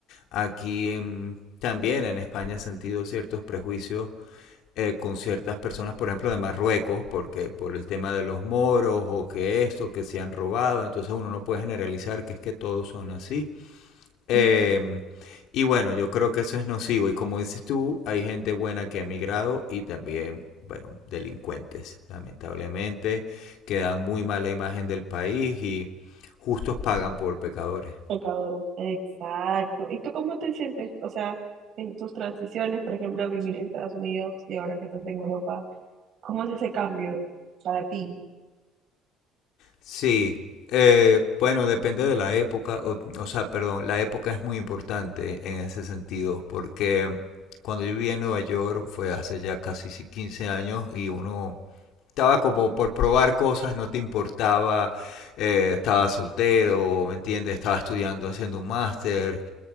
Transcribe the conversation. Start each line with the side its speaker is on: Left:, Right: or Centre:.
Left: Aquí en, también en España he sentido ciertos prejuicios eh, con ciertas personas, por ejemplo, de Marruecos, porque por el tema de los moros o que esto, que se han robado, entonces uno no puede generalizar que es que todos son así. Em,
Right: mm,
Left: y bueno, yo creo que eso es nocivo. Y como dices tú, hay gente buena que ha migrado y también, bueno, delincuentes, lamentablemente, que dan muy mala imagen del país y justos pagan por pecadores.
Right: Pecadores. Exacto. ¿Y tú cómo te sientes? O sea, en tus transiciones, por ejemplo, vivir en Estados Unidos y ahora que estás en Europa, ¿Cómo es ese cambio para ti?
Left: Sí, eh, bueno, depende de la época, o, o sea, perdón, la época es muy importante en ese sentido, porque cuando yo vivía en Nueva York fue hace ya casi si- 15 años y uno estaba como por probar cosas, no te importaba, eh, estaba soltero, ¿me entiendes? Estaba estudiando, haciendo un máster.